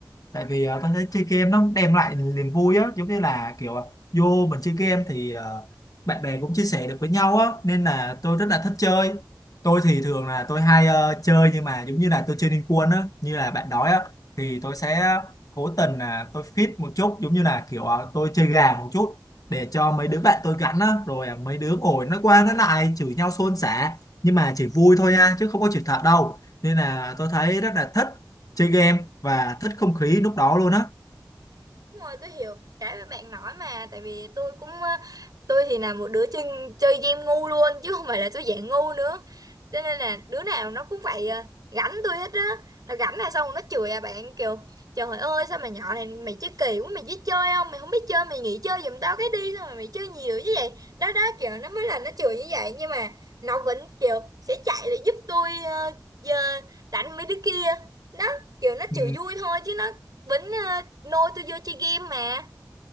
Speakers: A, on the left; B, on the right.
A: tại vì ờ, tôi thấy chơi game nó đem lại niềm vui á giống như là kiểu ờ, vô mình chơi game thì ờ, bạn bè cũng chia sẻ được với nhau á nên là tôi rất là thích chơi tôi thì thường là tôi hay ờ, chơi nhưng mà giống như là tôi chơi Liên Quân á như là bạn nói á thì tôi sẽ cố tình là tôi fit một chút giống như là kiểu ờ, tôi chơi gà một chút để cho mấy đứa bạn tôi gắn á rồi ờ, mấy đứa ngồi nó qua nó lại chửi nhau xôn xả nhưng mà chỉ vui thôi nha chứ không có chửi thật đâu nên là tôi thấy rất là thích chơi game và thích không khí lúc đó luôn á
B: Đúng rồi, tôi hiểu cái mà bạn nói mà tại vì tôi cũng ờ, tôi thì là một đứa chơi chơi game ngu luôn chứ không phải là tôi dạng ngu nữa cho nên là đứa nào nó cũng phải ờ, gánh tôi hết á nó gánh là xong rồi nó chửi à bạn kiểu trời ơi sao mày nhỏ này mày chơi kỳ quá mày biết chơi không mày không biết chơi mày nghỉ chơi giùm tao cái đi sao mà mày chơi nhiều như vậy đó đó kiểu nó mới là nó chửi như vậy nhưng mà nó vẫn kiểu sẽ chạy lại giúp tôi ờ, giờ đánh mấy đứa kia đó kiểu nó chửi
A: Ừ,
B: vui thôi chứ nó Bính ờ, nôi tôi vô chơi game mà